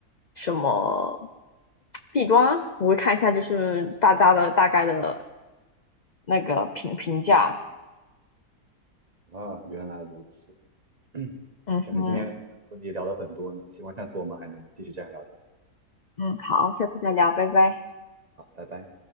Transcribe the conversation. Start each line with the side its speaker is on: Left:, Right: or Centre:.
Left: 什么弊端啊，我会看一下就是大家的大概的那个评评价，
Right: 啊，原来如此，<clears throat>
Left: 嗯哼，
Right: 感觉今天和你聊了很多呢，希望下次我们还能继续这样聊天。
Left: 嗯，好，下次再聊，拜拜。
Right: 好，拜拜。